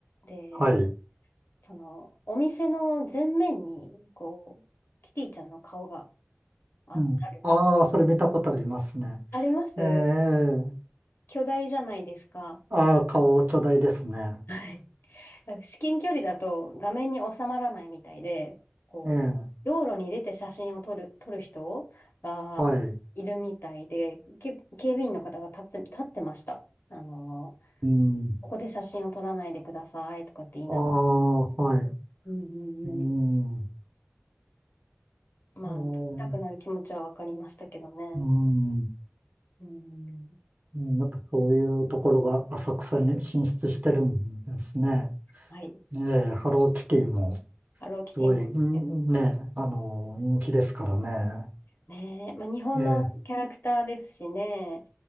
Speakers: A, on the left; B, on the right.
A: で、
B: はい。
A: その、お店の前面に、こう、キティちゃんの顔があ、
B: うん。
A: ある。
B: ああ、それ見たことありますね。
A: あります
B: ええ
A: 巨大じゃないですか。
B: ああー、顔巨大ですね。
A: はい。なんか至近距離だと画面に収まらないみたいで、こう、
B: ええ
A: 道路に出て写真を撮る、撮る人がいるみたいで、
B: はい。
A: け、警備員の方が立って、立ってました。あのー、
B: うん。
A: ここで写真を撮らないでくださいとかって言いながら。
B: ああ、はい。
A: うんうんうん。
B: うん。
A: まあ、
B: ええ
A: 撮りたくなる気持ちはわかりましたけどね。
B: うん。
A: うん。
B: うんやっぱそういうところが浅草に進出してるんですね。
A: はい。
B: ええハローキティも
A: ハローキティも来てます
B: すごい、うんね、あの、人気ですからね。
A: ね。まあ、日本のキャラクターですしね。
B: ええ